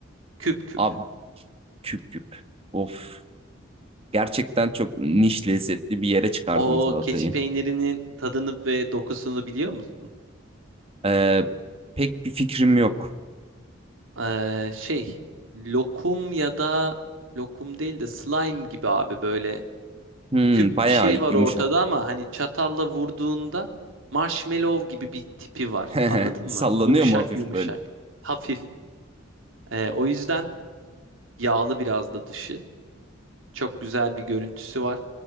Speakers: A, on the right (about 80°); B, on the right (about 30°).
A: Küp küp.
B: Abi küp küp. Of. Gerçekten çok niş lezzetli bir yere çıkardın
A: O
B: salatayı.
A: keçi peynirinin tadını ve dokusunu biliyor musun?
B: Ee, pek bir fikrim yok.
A: Ee, şey lokum ya da lokum değil de slime gibi abi böyle
B: Hmm,
A: küp
B: bayağı
A: bir şey
B: yumuşak.
A: var ortada ama hani çatalla vurduğunda marshmallow gibi bir tipi var.
B: <laughs>
A: Anladın mı?
B: Sallanıyor
A: Yumuşak
B: mu hafif
A: yumuşak.
B: böyle?
A: Hafif. Ee, o yüzden yağlı biraz da dışı. Çok güzel bir görüntüsü var